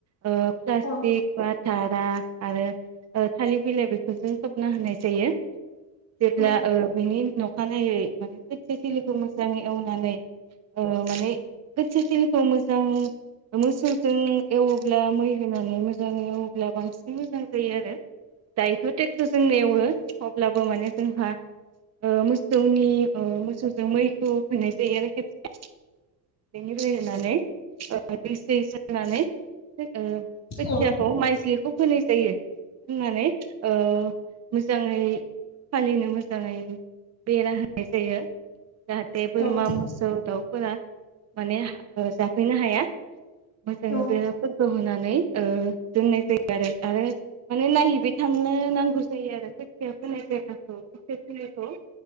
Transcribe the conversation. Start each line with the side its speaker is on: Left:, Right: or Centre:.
Right: ओ प्लाष्टिक
Left: औ
Right: बा दारा आरो थालिर बिलाइ बेफोरजों खोबना होनाय जायो। जेब्ला
Left: औ
Right: ओ बिनि अखानायै माने खोथिया थिलिखौ मोजाङै एवनानै ओ माने खोथिया थिलिखौ मोजां मोसौजों एवोब्ला मै होनानै मोजाङै एवोब्ला बांसिन मोजां जायो आरो। दायोथ' ट्रेक्टरजों एवो अब्लाबो माने जोंहा ओ मोसौनि ओ मोसौजों मैखौ होनाय जायो आरो खेबसे बेनिफ्राय होननानै दै सै सोननानै ओ खोथियाखौ
Left: औ
Right: माइज्लिखौ फोनाय जायो। होननानै ओ मोजाङै फालिनो मोजाङै बेरा होनाय जायो। जाहाथे
Left: औ
Right: बोरमा मोसौ दावफोरा माने जाफैनो हाया। मोजाङै
Left: औ
Right: बेराफोरखौ होनानै ओ दोननाय जायो आरो आरो माने नायहैबाय थानो नांगौ जायो आरो खोथिया होनाय जायगाखौ थिलिखौ